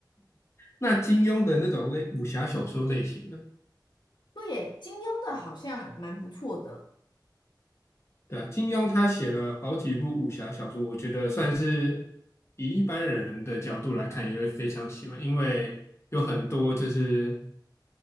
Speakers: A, on the left; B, on the left.
A: 那金庸的那种类武侠小说类型的，
B: 对耶，金庸的好像蛮不错的。
A: 对啊，金庸他写了好几部武侠小说，我觉得算是以一般人的角度来看，也会非常喜欢，因为有很多就是